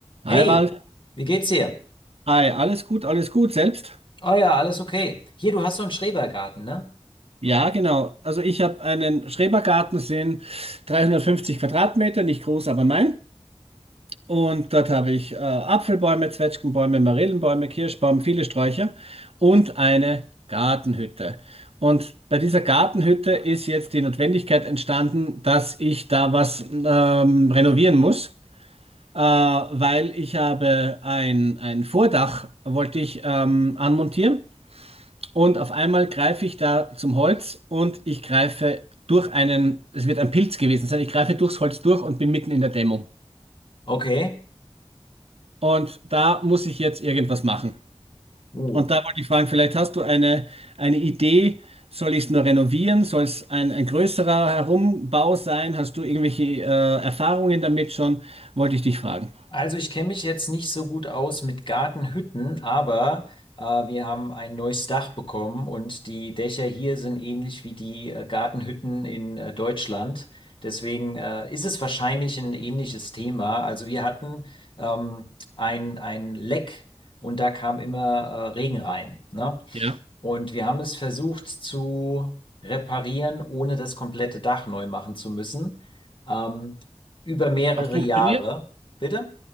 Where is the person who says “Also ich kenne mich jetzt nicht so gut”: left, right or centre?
Left